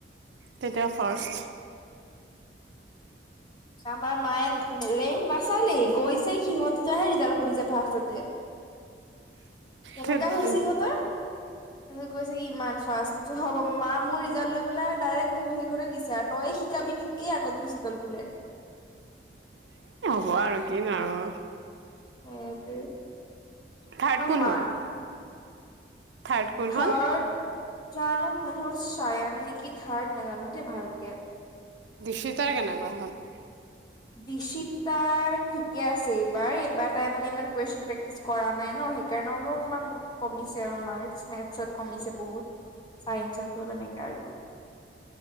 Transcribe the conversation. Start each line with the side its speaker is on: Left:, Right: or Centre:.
Right: তেতিয়া ফাৰ্ষ্ট।
Left: আমাৰ মায়ে ৰেংক নাচালেই গৈছে সিহঁত দুটা হে ৰিজাল্ট। আৰু সুলি জাতা আচলতে কেনেকা
Right: ধেত
Left: হৈছে
Right: তেৰি।
Left: সিহঁতৰ তাৰপিছত কৈছে কি ইমান সচ হ'ব মা মোৰ ৰিজাল্ট লৈ পেলাই ডাইৰেক্ট মোক বহিখনেই দিছে আৰু তইয়ে শিকাবি তোতকে আগত গোছি। গল বোলে।
Right: <inaudible> কিন আৰু
Left: অ এতে
Right: থাৰ্ড
Left: আৰু
Right: কোন
Left: মা
Right: হ'ল থাৰ্ড কোন
Left: থাৰ্ড
Right: হ'ল
Left: জানো চায়ান নেকি থাৰ্ড নাজানো দেই ভালকে।
Right: দিশিতাৰ কেনেকুৱা হ'ল।
Left: দিশিতাৰ ঠিকে আছে এইবাৰ এইবাৰ তাই মানে ইমান কুৱেশন প্ৰেক্টিচ কৰা নাই ন সেইকাৰণে অলপমান কমিছে আৰু ত কমিছে বহুত ছাইন্সত টো তেনেকে আৰু